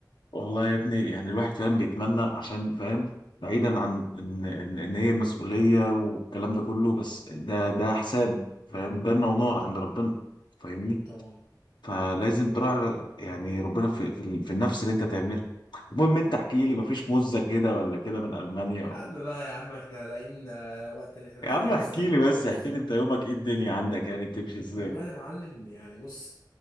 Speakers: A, on the left (about 80°); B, on the left (about 65°).
A: والله يا ابني يعني الواحد فاهم بيتمنى عشان فاهم بعيدا عن ان ان, إن هي مسؤوليه والكلام ده كله بس ده ده حساب فاهم جنه ونار عند ربنا فاهمني
B: اكيد طبعا
A: فلازم تراعي يعني ربنا في, في, في النفس اللي انت تعملها المهم انت احكي
B: ده كده
A: لي
B: كده
A: مفيش مزة كده ولا كده من المانيا
B: يا
A: و...
B: عم بقى يا عم احنا لاقيين آه، وقت ان احنا نفوق
A: يا عم
B: لنفسنا
A: احكي لي بس
B: في الموزة
A: احكي لي انت يومك ايه الدنيا عندك يعني بتمشي ازاي
B: والله يا معلم يعني بص